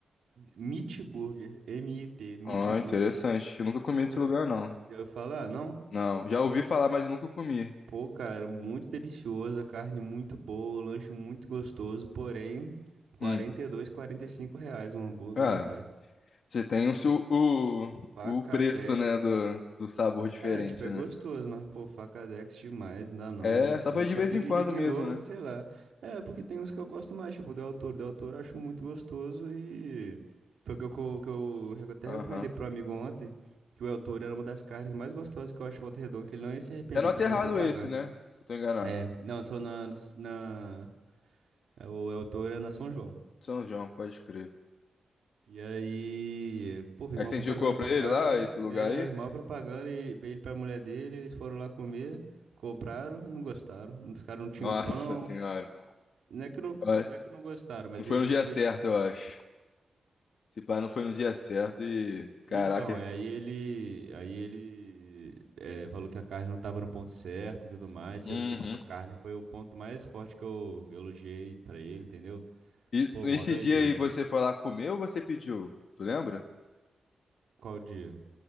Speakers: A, on the right; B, on the left.
A: Meat Burger, M-I-T, Meat
B: Ó,
A: Burger.
B: interessante. Eu nunca comi nesse
A: Já,
B: lugar, não.
A: já ouviu falar? Não?
B: Não, já ouvi falar, mas eu nunca comi.
A: Pô, cara, muito delicioso, a carne muito boa, o lanche muito gostoso, porém, quarenta quarenta
B: Hum.
A: e dois, quarenta e cinco reais um hambúrguer,
B: Ah,
A: né, pai?
B: você tem o, seu- o,
A: Pacadex
B: o preço, né, do, do sabor diferente,
A: É, tipo, é
B: né?
A: gostoso, mas, pô, facadex demais, não dá não.
B: É, só pra ir
A: Só
B: de vez
A: pediria
B: em quando
A: de
B: mesmo,
A: novo,
B: né?
A: sei lá. É, porque tem uns que eu gosto mais, tipo, do autor. Do autor eu acho muito gostoso e foi o que eu, co- que eu re- até
B: Aham.
A: recomendei pro amigo ontem, que o autor era uma das carnes mais gostosas que eu acho de Volta Redonda, que ele não ia se arrepender,
B: É no Aterrado
A: fiz mal propaganda.
B: esse, né? Eu tô enganado.
A: É, não, só na, na, na- é, o autor é na São João.
B: São João, pode crer.
A: E aí, pô, fez
B: Aí
A: uma
B: você
A: propaganda
B: indicou pra
A: pro
B: ele
A: cara.
B: lá, esse lugar
A: É,
B: aí?
A: maior propaganda, ele, ele pra mulher dele, eles foram lá comer, compraram, não gostaram. Os caras não tinham
B: Nossa
A: o pão.
B: senhora.
A: Não é que não,
B: Ai,
A: não é que não gostaram, mas
B: Não foi
A: eles
B: no
A: não
B: dia
A: tinham.
B: certo, eu acho. Esse pá não foi no dia certo e. Caraca.
A: Então, e aí ele, aí ele é, falou que a carne não estava no ponto certo e tudo mais, sendo
B: Uhum.
A: que pô, a carne foi o ponto mais forte que eu elogiei pra ele, entendeu?
B: E
A: Pô,
B: esse
A: mó doideira.
B: dia aí você foi lá comer ou você pediu? Tu lembra?
A: Qual dia?